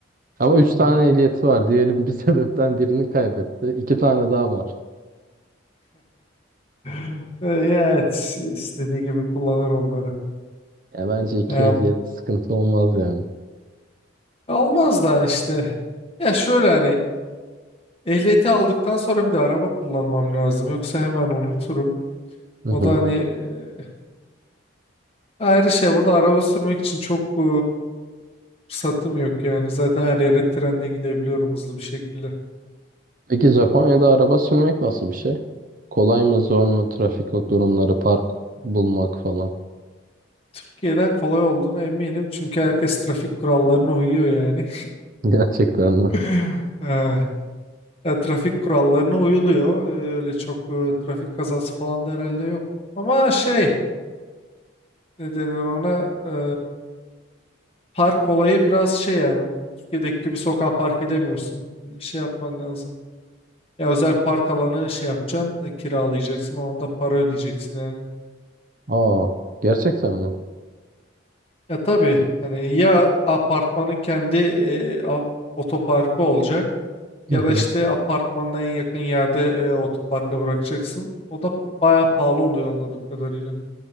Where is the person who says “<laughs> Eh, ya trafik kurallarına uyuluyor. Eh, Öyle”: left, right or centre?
Left